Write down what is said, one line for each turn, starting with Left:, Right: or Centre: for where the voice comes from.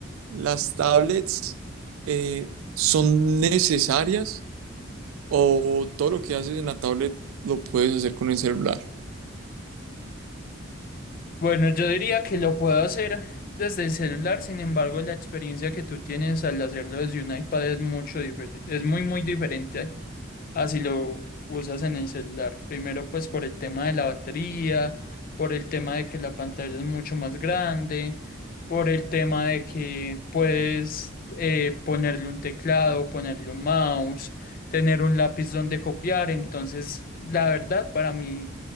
Right: las tablets eh, son necesarias o todo lo que haces en la tablet lo puedes hacer con el celular.
Left: Bueno, yo diría que lo puedo hacer desde el celular, sin embargo, la experiencia que tú tienes al hacerlo desde un iPad es mucho diferente, es muy, muy diferente así lo usas en el celular. Primero, pues por el tema de la batería, por el tema de que la pantalla es mucho más grande, por el tema de que puedes eh, ponerle un teclado, ponerle un mouse, tener un lápiz donde copiar. Entonces, la verdad, para mí